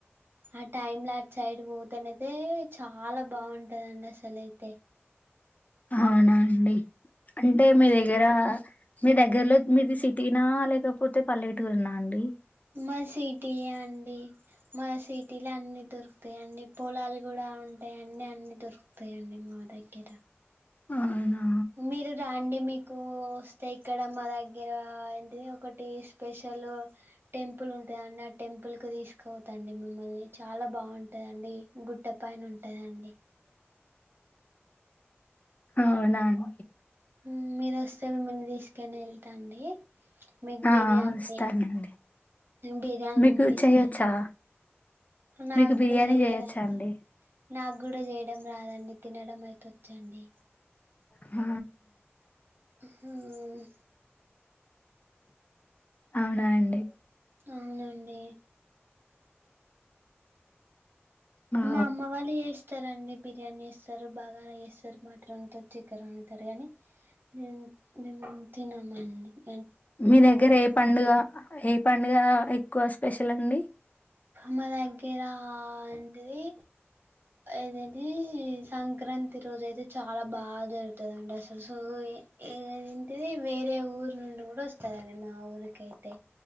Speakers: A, on the right; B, on the left.
A: ఆ టైమ్ లా అట్సైడ్ పోతనయితే చాలా బాగుంటదఅండి అసలై అయితే
B: అవునా అండి అంటే
A: అవునండి
B: మీ దగ్గర మీ దగ్గర్లో మీది సిటీనా లేకపోతే పల్లెటూరునా అండి
A: మాది సిటియే అండి మ సిటీల అన్ని దొరుకుతాయ అండి పొలాలు కూడా ఉంటాయి అన్ని అన్నీ దొరుక్ పైయ అండి మా దగ్గర
B: అవునా
A: ఉ మీరు ర అండి మీకూ వస్తే ఇక్కడా మా దగ్గర ఏంటిది ఒకటి స్పెషల్ హు టెంపుల్ ఉంటాద అండి ఆ టెంపుల్ కు తీసుక్ కోత అండి మిమ్మల్ని చాలా బాగుంటద అండి గుడ్డ పైన ఉంటద అండి
B: ఆ అవున అండ్
A: హ్ముం మీరు వస్తరఅండి మిమ్మల్ని తీసుకోని ఎల్త అండి మీకు
B: ఆ
A: బిర్యానీ
B: వస్తానండి
A: బిర్యానీ
B: మీకు
A: అనిపిస్తుంది
B: చేయొచ్చా
A: నాక్
B: మీకు బిర్యానీ
A: గూడ చేయరాదు
B: చేయొచ్చా అండి
A: నాకు కూడా చేయడం రాదఅండి తినడం అయితే వచ్చ అండి
B: హ
A: మ్మ్
B: అవునా అండి
A: అవున అండి
B: ఆ
A: మా అమ్మ వాళ్ళు ఏస్తార అండి బిర్యానీ ఏస్తరు బాగానే ఏస్తరు మాట్లాత్ చికెర అనేతారు కాని మేము మేము తినమన్ అండి
B: మీ దగ్గర ఏ పండుగ ఏ పండుగ ఎక్కువ స్పెషల్ అండి
A: మా దగ్గర అంట అది ఏదైది సంక్రాంతి రోజు అయితే చాలా బాగా జరుగుతుద అండి అసలు సో ఏ ఇది ఏంటిది వేరే ఊరు నుండి కూడా వస్తద అండి మా ఊరికై అయితే